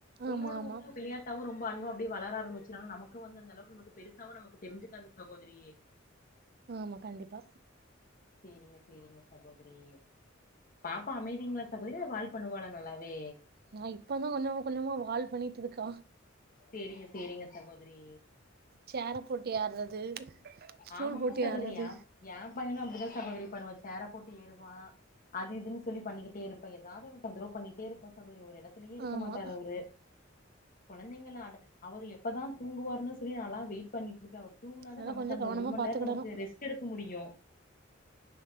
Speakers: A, on the right (about 50°); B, on the left (about 45°).
A: ஆமா,
B: ஒன்னோட
A: ஆமா.
B: ஒன்னு விளையாட்டாவு ரொம்ப அன்பா அப்டி வளர ஆரம்பிச்சிரனால நமக்கு வந்து அந்த அளவுக்கு நமக்கு பெருசாவு நமக்கு தெரிஞ்சுக்காது சகோதரி
A: ஆமா கண்டிப்பா.
B: சேரிங்க சேரிங்க சகோதரி பாப்பா அமைதிங்களா சகோதரி இல்ல வால் பண்ணுவாளா நல்லாவே
A: நான் இப்ப தான் கொஞ்சம் கொஞ்சமா வால் பண்ணிட்டு இருக்கா
B: சேரிங்க சேரிங்க சகோதரி
A: சேர போட்டு ஏர்றது ஸ்டூல்
B: ஆமாமா
A: போட்டு
B: சகோதரி
A: ஏர்றது
B: ஏ ஏ பையனு அப்டிதா சகோதரி பண்ணுவா சேர போட்டு ஏறுவா அது இதுன்னு சொல்லி பண்ணிக்கிட்டே இருப்பா எதாவது ஒன்னு தொந்தரவு பண்ணிட்டே இருப்பா சகோதரி ஒரு எடத் துலயே இருக்க
A: ஆமா
B: மாட்டாரு அவரு நீங்களு அடு அவரு எ ப்பதா தூங்குவாருன்னு செரி நான்லா வெயிட் பண்ணிட்டு இருக்கே அவர் தூங்குனாதா
A: அதெல்லா
B: நமக்கு
A: கொஞ்சோ
B: அந்த
A: கவனமா
B: ஒரு மணி
A: பாத்துக்கிடணு
B: நேரோ நமக்கு ரெஸ்ட் எடுக்க முடியு